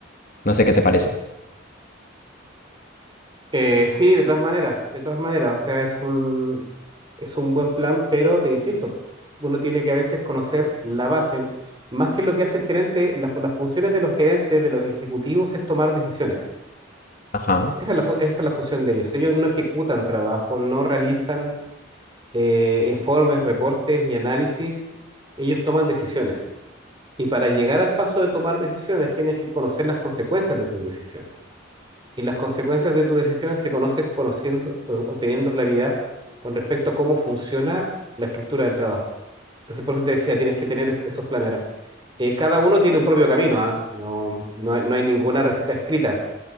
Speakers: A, on the left; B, on the right.
A: No sé qué te parece.
B: Eh, sí, de todas maneras, de todas maneras, o sea, es un, es un buen plan, pero te insisto, uno tiene que a veces conocer la base, más que lo que hace el gerente, la fu- las funciones de los gerentes, de los ejecutivos, es tomar decisiones.
A: Ajá.
B: Esa es la, fu- esa es la función de ellos. Ellos no ejecutan trabajo, no realizan eh, informes, reportes ni análisis, ellos toman decisiones. Y para llegar al paso de tomar decisiones, tienes que conocer las consecuencias de tus decisiones. y las consecuencias de tus decisiones se conocen conociendo o o teniendo claridad con respecto a cómo funciona la estructura del trabajo. Entonces, por eso te decía, tienes que tener es- esos planes. Ahora, eh, cada uno tiene un propio camino, ¿ah? No, no hay, no hay ninguna receta escrita.